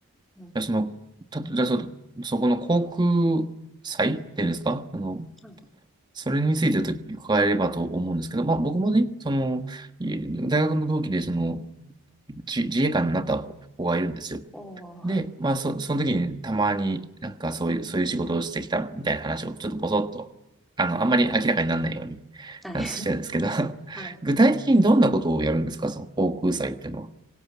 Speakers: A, in the centre; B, on the right.
A: うん。
B: じゃあその、た、じゃあそ、そこの航空祭っていうんですかあの、
A: はい。
B: それについてちょっと伺えればと思うんですけど、まあ、僕もね、その、い大学の同期で、その、じ自衛官になった子がいるんですよ。
A: おー、
B: で、
A: はい。
B: まあ、そ、その時にたまになんかそういう、そういう仕事をしてきたみたいな話をちょっとぼそっと、あの、あんまり明らかにならないように
A: うん。はい。
B: あのしてるんですけど、
A: <laughs>
B: <laughs>
A: はい。
B: 具体的にどんなことをやるんですか、その航空祭っていうのは。